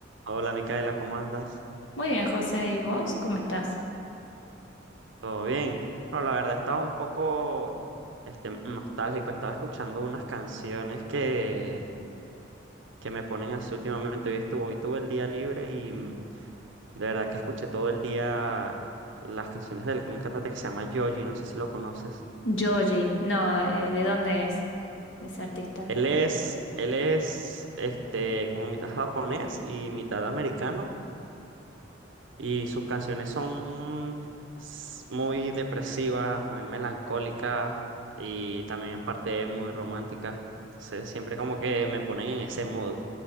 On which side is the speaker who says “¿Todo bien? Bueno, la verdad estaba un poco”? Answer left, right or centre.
Right